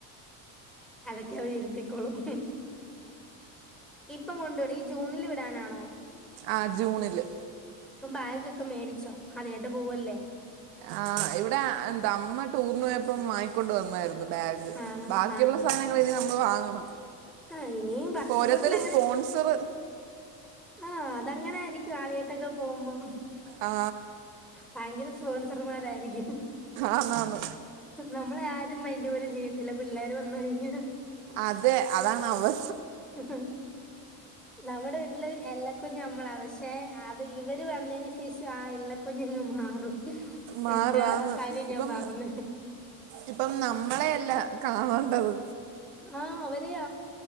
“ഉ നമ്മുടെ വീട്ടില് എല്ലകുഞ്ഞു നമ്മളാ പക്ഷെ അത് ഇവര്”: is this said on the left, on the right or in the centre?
Centre